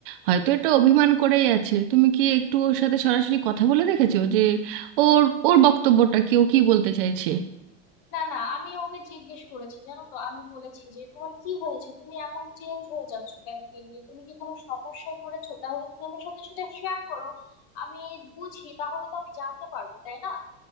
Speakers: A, on the right; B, on the left.
A: হয়তো এটা অভিমান করেই আছে তুমি কি একটু ওর সাথে সরাসরি কথা বলে দেখেছো যে ওর ওর বক্তব্যটা কি ও কি বলতে চাইছে
B: না না আমি ওকে জিজ্ঞেস করেছি জানো তো আমি বলেছি যে তোমার কি হয়েছে তুমি এমন চেঞ্জ হয়ে যাচ্ছ কেন দিন দিন তুমি কি কোনো সমস্যায় পড়েছো তাহলে তুমি আমার সাথে সেটা শেয়ার করো আমি বুঝি তাহলে তো আমি জানতে পারবো তাই না